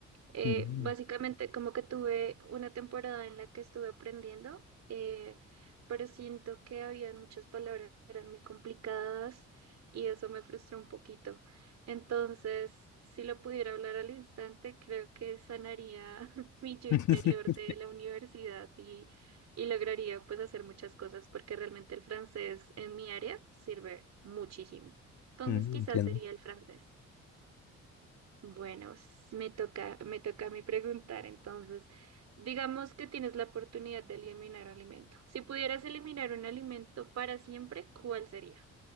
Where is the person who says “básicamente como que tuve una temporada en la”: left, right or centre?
Right